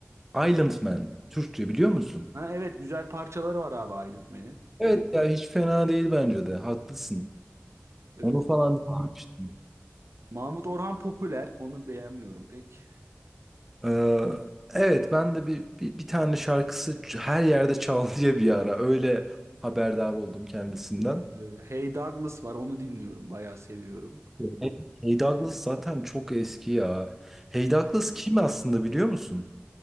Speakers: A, in the centre; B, on the right (about 90°).
A: Island Man. Türkçe biliyor musun?
B: Ha, evet güzel parçaları var abi Aylin Man'in.
A: Evet ya hiç fena değil bence de. Haklısın.
B: Ee,
A: Onu falan dinlemiştim.
B: Mahmut Orhan popüler onu beğenmiyorum pek.
A: Ee, evet ben de bir, bir, bir tane şarkısı ç- her yerde çal <laughs> diye bir ara. Öyle haberdar oldum kendisinden.
B: Ee, Hey Douglas var onu dinliyorum bayağı seviyorum.
A: Hey Hey Douglas zaten çok eski ya. Hey Douglas kim aslında biliyor musun?